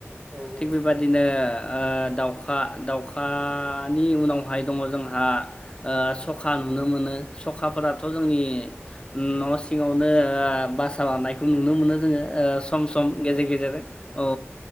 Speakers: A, on the right (about 65°); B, on the left (about 20°).
A: औ
B: थिग
A: औ
B: बेबदिनो दाउखा दाउखा दानि उनावहाय दङ जोंहा सखा नुनो मोनो सखाफोराथ' जोंनि न' सिङावनो बासा लानायखौ नुनो मोनो जोङो सम सम
A: नंगौ नोंथां
B: गेजेर गेजेर औ